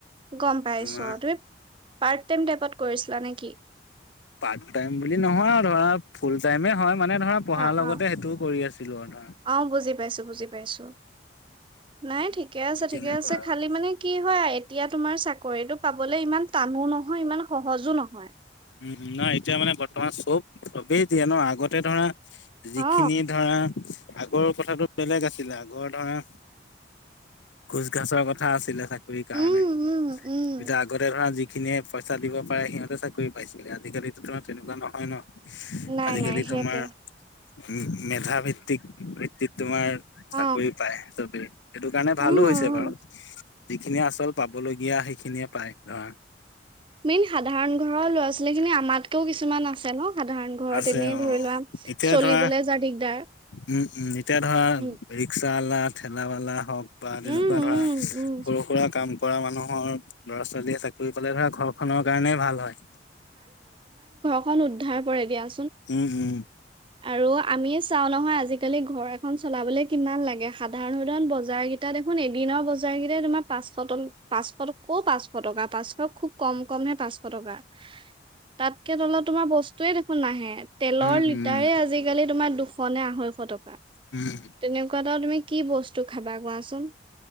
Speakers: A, on the right (about 30°); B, on the left (about 80°).
A: গম পাইছো,
B: আমাৰ
A: তুমি ৰ্পাট টাইম টাইপত কৰিছিলা নেকি?
B: পাৰ্ট টাইম বুলি নহয় আৰু ধৰা ফুল টাইমে হয়। মানে ধৰা পঢ়াৰ
A: অ
B: লগতে
A: অ
B: সেইটোও কৰি আছিলো আৰু ধৰা।
A: অ বুজি পাইছো বুজি পাইছো নাই ঠিকে আছে
B: তেনেকুৱা
A: ঠিকে আছে
B: আৰু।
A: খালি মানে কি হয় এতিয়া তোমাৰ চাকৰিতটো পাবলে ইমান টানো নহয় ইমান সহজো নহয়।
B: উম নাই এতিয়া মানে বৰ্তমান চব চবেই দিয়ে ন আগতে ধৰা যিখিনি
A: অ
B: ধৰা আগৰ কথাতটো বেলেগ আছিলে আগৰ ধৰা ঘোচ গাছৰ কথা আছিলে চাগে চাকৰি কাৰণে
A: উম উম উম
B: এতিয়া আগতে ধৰা যিখিনিয়ে পইচা দিব পাৰে সিহঁতে চাকৰি পাইছিলে আজি কালি <unintelligible> তেনেকুৱা নহয় ন
A: নাই
B: আজিকালি
A: নাই সেইটোৱে
B: তোমাৰ, উম মেধা ভিত্তিক ভিত্তিত তোমাৰ
A: অ
B: চাকৰি পায় চবেই সেইটো কাৰণে ভালো
A: উম
B: হৈছে
A: উম
B: বাওঁ। যিখিনিয়ে আচল পাবলগীয়া সেইখিনিয়ে পায় ধৰা
A: মেইন সাধাৰণ ঘৰৰ ল'ৰা ছোৱালী খিনি আমাতকেও কিছুমান আছে ন সাধাৰণ ঘৰত
B: আছে
A: এনেই
B: অ'।
A: ধৰি লোৱা
B: এতিয়া
A: চলিবলৈ
B: ধৰা
A: যা দিগদাৰ
B: উম উম এতিয়া ধৰা
A: উম
B: ৰিক্সাৱালাই ঠেলাৱলা হওঁক বা তেনেকুৱা
A: উম
B: ধৰা
A: উম উম
B: সৰু সুৰা কাম কৰা মানুহৰ ল'ৰা-ছোৱালীয়ে চাকৰি পালে ধৰা ঘৰ খনৰ কাৰণেই ভাল হয়।
A: খন উদ্ধাৰ কৰে দিয়া।
B: উম উম।
A: আৰু আমি চাওঁ নহয় আজিকালি ঘৰ এখন চলাবলৈ কিমান লাগে সাধাৰণ সাধাৰণ বজাৰ এতিয়া দেখোন এদিনৰ বজাৰ কেইটাই তোমাৰ পাঁচশ পাঁচশ ক পাঁচশ টকা পাঁচশ খুব কম কমহে পাঁচশ টকা তাতকে তলত তোমাৰ বস্তুয়ে দেখোন নাহে তেলৰ
B: উম,
A: লি
B: উম,
A: তাৰে আজিকালি তোমাৰ দুশ নে আঢ়ৈশ টকা
B: উম,
A: তেনেকুৱা এটাও তুমি কি বস্তু খাবা কোৱাচোন